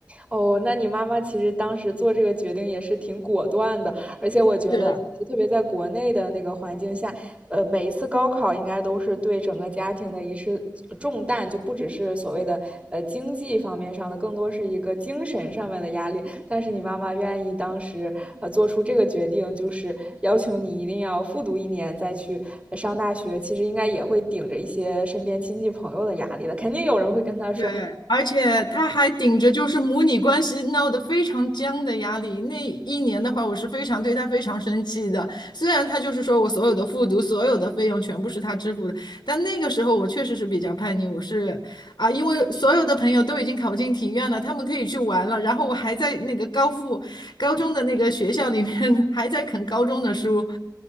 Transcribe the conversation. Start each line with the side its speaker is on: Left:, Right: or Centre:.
Right: 哦，那你妈妈其实当时做这个决定也是挺果断的，而且我觉得，
Left: 是，
Right: 特别在国内的那个环境下，呃，每一次高考应该都是对整个家庭的一次重担，就不只是所谓的呃经济方面上的，更多是一个精神上面的压力。但是你妈妈愿意当时呃做出这个决定，就是要求你一定要复读一年再去呃上大学，其实应该也会顶着一些身边亲戚朋友的压力的，肯定有人会跟她说，
Left: 对，而且他还顶着就是母女关系闹得非常僵的压力。那一年的话，我是非常对他非常生气的。虽然他就是说我所有的复读、所有的费用全部是他支付的，但那个时候我确实是比较叛逆。我是啊，因为所有的朋友都已经考进体院了，他们可以去玩了，然后我还在那个高复高中的那个学校里面 <laughs> 还在啃高中的书。